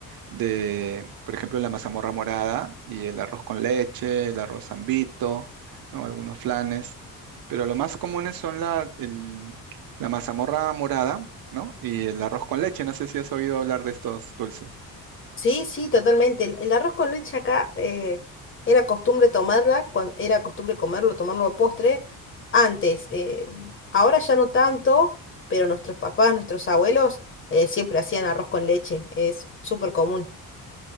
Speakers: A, on the right (about 70°); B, on the left (about 35°).
A: de, por ejemplo, la mazamorra morada y el arroz con leche, el arroz zambito, ¿no? Algunos flanes. Pero lo más comunes son la, el- la mazamorra morada, ¿no? Y el arroz con leche. No sé si has oído hablar de estos dulces.
B: Sí, sí, totalmente. El, el arroz con leche acá eh, era costumbre tomarla, cuando era costumbre comerlo, tomarlo a postre antes. eh, ahora ya no tanto, pero nuestros papás, nuestros abuelos eh, siempre hacían arroz con leche. Es súper común.